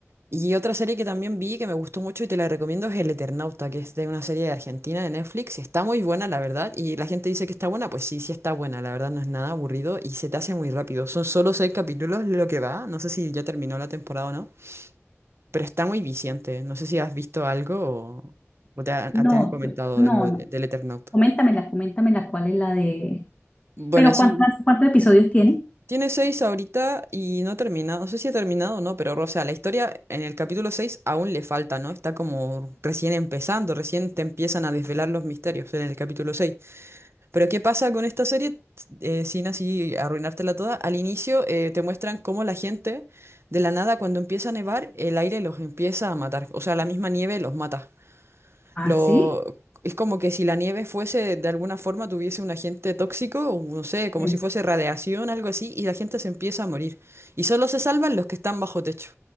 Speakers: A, on the right; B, on the left.
A: Y otra serie que también vi que me gustó mucho y te la recomiendo es El Eternauta, que es de una serie de Argentina de Netflix. Está muy buena, la verdad. Y la gente dice que está buena, pues sí, sí está buena. La verdad no es nada aburrido y se te hace muy rápido. Son solo seis capítulos lo que va. No sé si ya terminó la temporada o no. Pero está muy viciante. No sé si has visto algo o, o te, han
B: No,
A: te han comentado
B: yo- no,
A: algo
B: no.
A: de- del Eternauta.
B: Coméntamela, coméntamela cuál es la de...
A: Bueno,
B: Pero
A: así.
B: ¿cuántas, cuántos episodios tiene?
A: Tiene seis ahorita y no ha terminado. No sé si ha terminado o no, pero o sea, la historia en el capítulo 6 aún le falta, ¿no? Está como recién empezando, recién te empiezan a desvelar los misterios en el capítulo 6. Pero ¿qué pasa con esta serie? Eh, sin así arruinártela toda. Al inicio eh, te muestran cómo la gente, de la nada, cuando empieza a nevar, el aire los empieza a matar. O sea, la misma nieve los mata.
B: ¿Ah,
A: Lo,
B: sí?
A: es como que si la nieve fuese, de alguna forma, tuviese un agente tóxico, o no sé, como
B: Sí.
A: si fuese radiación, algo así, y la gente se empieza a morir. Y solo se salvan los que están bajo techo